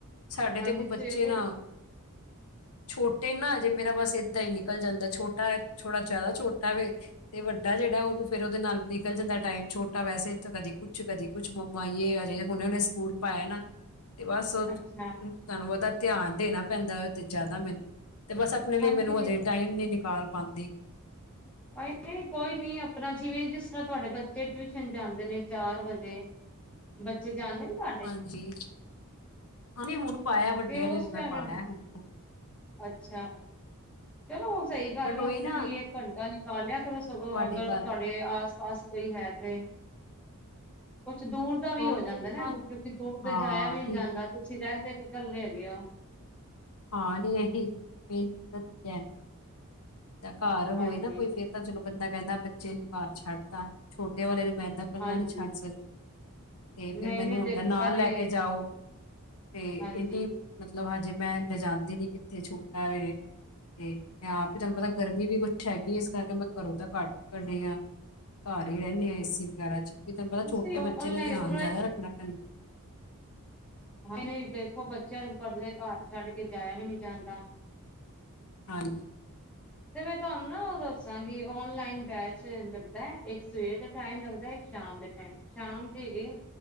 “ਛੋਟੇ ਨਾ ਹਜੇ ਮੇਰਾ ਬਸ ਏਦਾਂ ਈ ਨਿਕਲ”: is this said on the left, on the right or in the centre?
Left